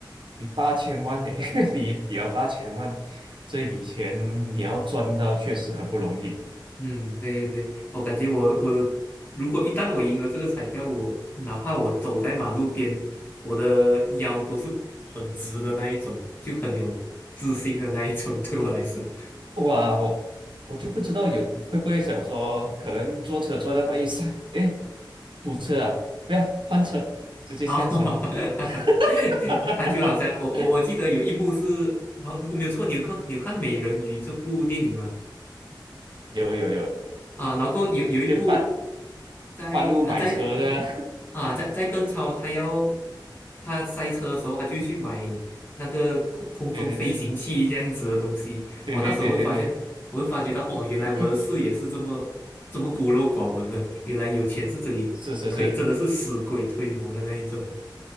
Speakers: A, on the right; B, on the left.
A: 你八千万呢，<laughs> 你你要八千万，这一笔钱你要赚到确实很不容易。
B: 嗯，对对对，我感觉我我如果一旦我赢了这个彩票，我哪怕我走在马路边，我的腰都是很直的那一种，就很有自信的那一种 <laughs>，对我来说。
A: 哇，我我就不知道有会不会想说，可能坐车坐到半夜三，哎，堵车啊，不要换车，直接下车。
B: 哦，<laughs>
A: <laughs>
B: 他就好像我我我记得有一幕是，好，如果没有错，你有看你有看《美人鱼》这部电影吗？
A: 有有有，
B: 啊，然后有有一部
A: 就半
B: 在啊在
A: 半路买车的，
B: 啊在在邓超他要他塞车的时候，他就去买那个空空中飞行器这样子的东西。
A: <laughs> 嗯对对对对对对对对，
B: 我那时候会发现，我会发觉到哦，原来我的视野是这么这么孤陋寡闻的，
A: <coughs>
B: 原来有钱是这里可以真的是死鬼推磨的那一种。
A: 是是是